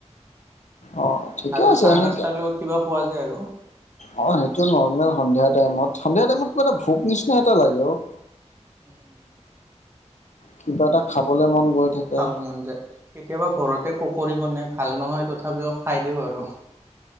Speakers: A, on the left; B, on the right.
A: অ', ঠিকে
B: আৰু
A: আছে
B: চাহ
A: এনেকে।
B: নাস্তাৰ লগত কিবা খোৱা যায় আৰু।
A: অ', সেইটো নৰ্মেল সন্ধিয়া টাইমত সন্ধিয়া টাইমত কিবা এটা ভোক নিচিনা এটা লাগে অ',
B: উম,
A: কিবা এটা খাবলে মন গৈ থাকে
B: খাব মন যায় কেতিয়াবা ঘৰতে পকৰি বনাই ভাল নহয় তথাপিও খাই দিওঁ আৰু। <inaudible>